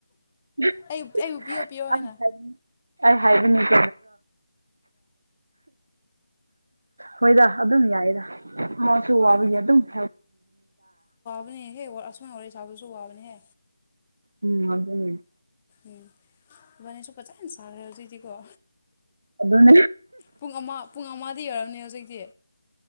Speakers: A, on the right; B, on the left.
A: <unintelligible>
B: ꯑꯩ ꯑꯩꯕꯨ ꯄꯤꯌꯣ ꯄꯤꯌꯣ ꯍꯥꯏꯅ
A: ꯑꯩ ꯍꯥꯏꯕꯅꯤ <unintelligible> ꯍꯣꯏꯗ ꯑꯗꯨꯝ ꯌꯥꯏꯗ ꯃꯥꯁꯨ
B: ꯍꯣꯏ
A: ꯋꯥꯕꯒꯤ ꯑꯗꯨꯝ <unintelligible>
B: <unintelligible> ꯑꯁꯨꯨꯝꯅ ꯋꯥꯔꯤ ꯁꯥꯕꯁꯨ ꯋꯥꯕꯅꯤꯍꯦ
A: ꯎꯝ ꯑꯗꯨꯅꯦ
B: ꯎꯝ ꯈꯣꯢꯕꯥꯅꯤꯁꯨ ꯐꯖꯅ ꯁꯥꯔꯦ ꯍꯧꯖꯤꯛꯇꯤꯀꯣ
A: ꯑꯗꯨꯅꯦ
B: ꯄꯨꯡ ꯑꯃ ꯄꯨꯡ ꯑꯃꯗꯤ ꯌꯧꯔꯝꯅꯤ ꯍꯧꯖꯤꯛꯇꯤ